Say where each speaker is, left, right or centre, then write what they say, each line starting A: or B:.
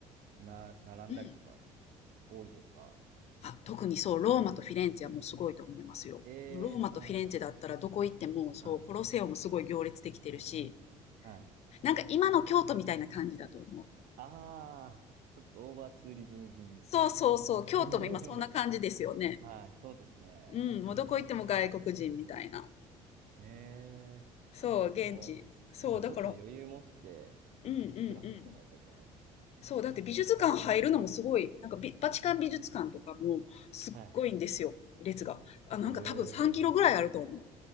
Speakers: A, on the right; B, on the left.
A: な、並んだりとかひ
B: うん。
A: 多いですか
B: あ、特にそう、ローマとフィレンツェはもうすごいと思いますよ。
A: ええー、
B: もうローマとフィレンツェだったらどこ行っても、
A: そうなんだ。
B: そう、
A: あ
B: コロセオもすごい行列できてるし、
A: はい。
B: なんか今の京都みたいな感じだと思う。
A: ああ、ちょっとオーバーツーリズム気味。
B: そうそうそう、京都も今そんな感じですよね。
A: <laughs> はい、そうですね。
B: うん、
A: そうです、
B: もうどこ行っても外国人みたいな。
A: そうです。ええ
B: そう、現地。
A: ー、そうなんですね。
B: そう、
A: じゃあちょっと余裕持って
B: だから、うんうんうん。
A: プラン立てないといけないですね。
B: そう、だって美術館入るのもすごい、なんかビバチカン美術館とかもすっごいんですよ、
A: はい。
B: 列が。あ、なんか多分3キロぐらいあると思
A: え